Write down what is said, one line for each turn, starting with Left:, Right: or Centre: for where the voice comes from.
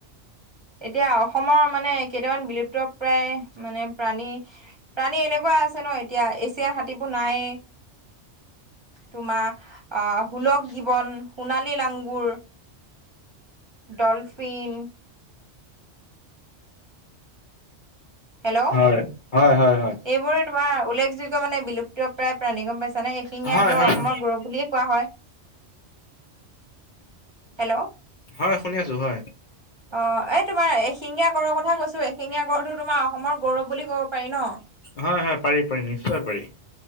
Right: এতিয়া অসমৰ মানে কেইটামান বিলুপ্তপ্ৰায় মানে প্ৰাণী প্ৰাণী এনেকুৱা আছে ন' এতিয়া এছিয়া হাতীবোৰ নায়েই। তোমাৰ অ', সুলগ গীৱন সোণালী লাংগুৰ, ডলফিন হেল্ল',
Left: হয় হয় হয় হয়
Right: এইবোৰে তোমাৰ উল্লেখযোগ্য মানে বিলুপ্তপ্ৰায় প্ৰাণী গম পাইছানে। এশিঙীয়া
Left: হয়
Right: গড়
Left: হয়
Right: অসমৰ
Left: হয়
Right: গৌৰৱ বুলিয়ে কোৱা হয়। হেল্ল'।
Left: হয় শুনি আছো হয়।
Right: অ', এই তোমাৰ এশিঙীয়া গড়ৰ কথা কৈছো এশিঙীয়া গড়টো তোমাৰ অসমৰ গৌৰৱ বুলি ক'ব পাৰি ন'।
Left: হয় হয় পাৰি পাৰি নিশ্চয় পাৰি।